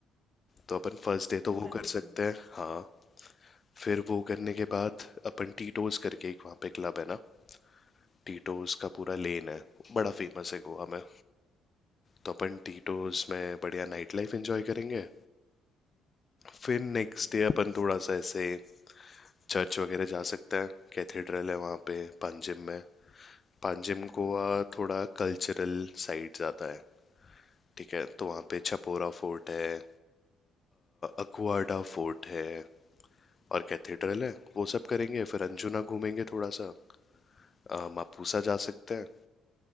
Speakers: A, on the left; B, on the right.
A: तो अपन फर्स्ट डे
B: वो
A: तो वो
B: करना
A: कर सकते
B: है
A: हैं हाँ फिर वो करने के बाद अपन टीटोज करके एक वहाँ पे क्लब है ना टीटोज का पूरा लेन है बड़ा फेमस है गोवा में तो अपन टीटोज में बढ़िया नाइट लाइफ एंजॉय करेंगे फिर नेक्स्ट
B: ग्रेट
A: डे अपन थोड़ा
B: हाँ
A: सा ऐसे चर्च वगैरह जा सकते हैं कैथेड्रल है वहाँ पे पांजिम में पांजिम
B: हाँ
A: गोवा
B: हाँ
A: थोड़ा कल्चरल साइड ज़्यादा है ठीक है तो वहाँ पे छपोरा फोर्ट है अक्वाडा फोर्ट है और कैथेड्रल है वो सब करेंगे फिर अंजुना घूमेंगे थोड़ा सा अ, मापुसा जा सकते हैं